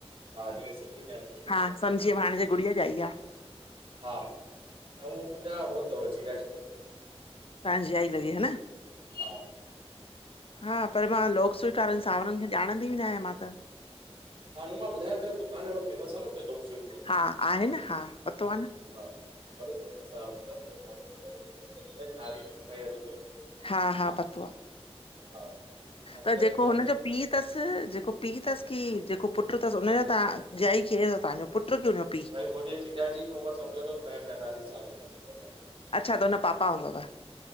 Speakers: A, on the right; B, on the left.
A: हा जेके सिंधी फैमिली जो
B: हा
A: अथव
B: सम्झी वयमि हाणे जे गुड़िया जाई आ।
A: हा, त उहो मुंहिंजा हो तव जीजी तव।
B: तां जीजाजी लॻे ह न?
A: हा
B: हा पर मां लोकस्वीट वारनि सावरनि खे ॼाणंदी बि न आहियां मां त।
A: हा न मां ॿुधांया पयो त न दुकान एॾो फेमस आह न लोकस्वीट जो।
B: हा आहे न हा पतो आ न।
A: हा ॾाढो फेमस आ मतिलबु नालो त ॾाढो फेमस तसि हुनयी नारियल जी मिठाई ॾाढी फेमस तसि।
B: हा हा पतो आ।
A: हा
B: त
A: मुंहिंजा
B: ॼेको
A: जीजा
B: हुन
A: जी लॻ
B: जो पी तसि ॼेको पी तसि कि ॼेको पुट तसि हुनयां तां जीजाजी केरुं तव तवहांजो पुट की हुनजो पीउ?
A: भई मुंहिंजे जीजाजी जी उमिर समझो तव, प पैतालीस साले आहे बसि पैतालीस।
B: अच्छा त हुन पापा हुंदव?